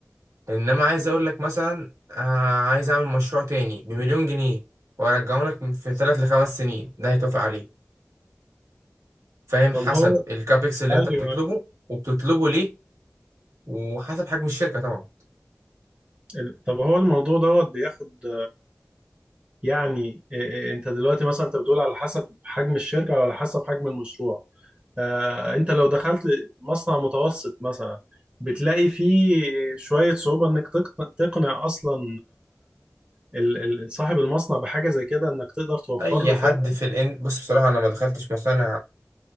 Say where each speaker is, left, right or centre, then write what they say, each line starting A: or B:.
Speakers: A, on the right (about 80°); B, on the right (about 25°).
A: انما عايز
B: مم.
A: اقول لك مثلا آه عايز اعمل مشروع تاني بمليون جنيه وارجعه لك في ثلاث لخمس سنين ده هيتوافق عليه فاهم
B: طب
A: حسب
B: هو
A: الكابكس اللي
B: ايوه
A: انت بتطلبه وبتطلبه ليه وحسب حجم الشركة طبعا
B: ال- طب هو الموضوع دوت بياخد يعني إيه- إيه، انت دلوقتي مثلا انت بتقول على حسب حجم الشركة او على حسب حجم المشروع آه، انت لو دخلت مصنع متوسط مثلا بتلاقي فيه شوية صعوبة انك تقن- تقنع اصلا ال- ال- صاحب المصنع بحاجة زي كده انك تقدر توفر
A: اي
B: له
A: حد
B: فعلا
A: في الان بص بصراحة انا ما دخلتش مصانع